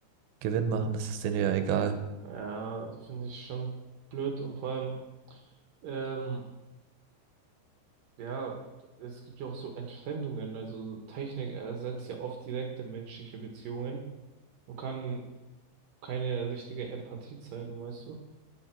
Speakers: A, on the right; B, on the right.
A: Gewinn machen, ist es denen ja egal.
B: Ja, finde ich schon blöd und vor allem, ähm, ja, es gibt ja auch so Entfremdungen, also Technik ersetzt ja oft direkte menschliche Beziehungen und kann keine richtige Empathie zeigen, weißt du?